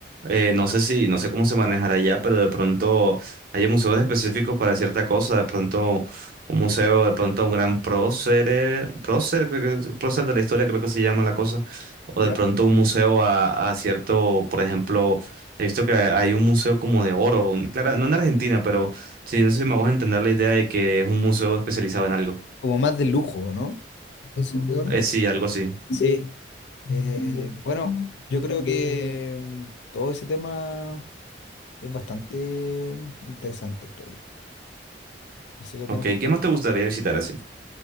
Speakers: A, on the right; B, on the left.
A: eh, no sé si, no sé cómo se manejará allá, pero de pronto hay museos específicos para cierta cosa. De pronto, un museo, de pronto un gran prócer, prócer, creo que- prócer de la historia, creo que se llama la cosa. O
B: ¿Ya?
A: de pronto un museo a, a cierto, por ejemplo, he visto que hay un museo como de oro. un- Claro, no en Argentina, pero Sí, no sé si me hago entender la idea de que es un museo especializado en algo.
B: como más de lujo, ¿no? Eso, Leona.
A: Eh, sí,
B: <laughs>
A: algo así.
B: Sí, eh, bueno, yo creo que mm, todo ese tema es bastante interesante, creo yo. No sé qué opinas.
A: Ok, ¿qué más te gustaría visitar así?